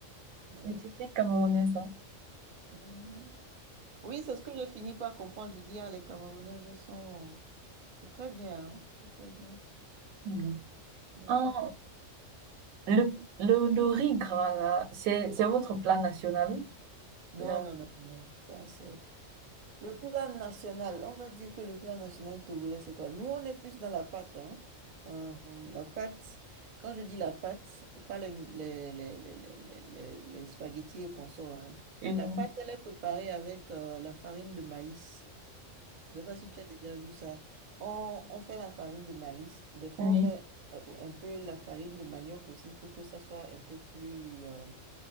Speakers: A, on the right; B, on the right.
A: Ouais.
B: C'est typique camerounais, ça.
A: Mhm. Oui, c'est ce que je finis par comprendre. Je dis, ah, les Camerounaises, elles sont... C'est très bien, hein, C'est très bien.
B: Mhm.
A: Mais
B: Ah,
A: parfois...
B: le, le, le riz gras, là, c'est, c'est votre plat national?
A: Non,
B: Genre,
A: non, non, non. Ça, c'est... Le plan national, on va dire que le plan national togolais, c'est quoi? Nous, on est plus dans la pâte, hein. Euh, la pâte, quand je dis la pâte, pas les, les, les, les, les, les- les- les spaghettis et consorts, hein.
B: oui,
A: La pâte, elle est préparée avec euh, la farine de maïs. Je ne sais pas si tu as déjà vu ça. On, on fait la farine de maïs. Des fois,
B: oui,
A: on met euh, un peu la farine de manioc aussi pour que ça soit un peu plus... euh,